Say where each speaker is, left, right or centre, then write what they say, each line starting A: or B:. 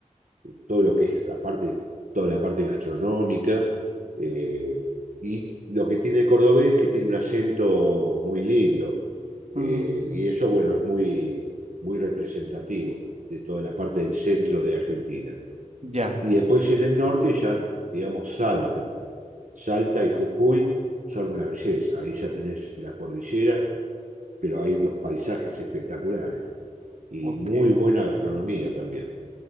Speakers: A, on the right; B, on the right.
A: todo lo que es, aparte, toda la parte gastronómica. eh, y lo que tiene el cordobés es que tiene un acento muy lindo. eh,
B: ujú,
A: y eso, bueno, es muy, muy representativo de toda la parte del centro de Argentina.
B: Ya,
A: Y después en el norte ya, digamos, Salta. Salta y Jujuy son una belleza. Ahí ya tenés la cordillera, pero hay unos paisajes espectaculares y
B: ok.
A: muy buena gastronomía también.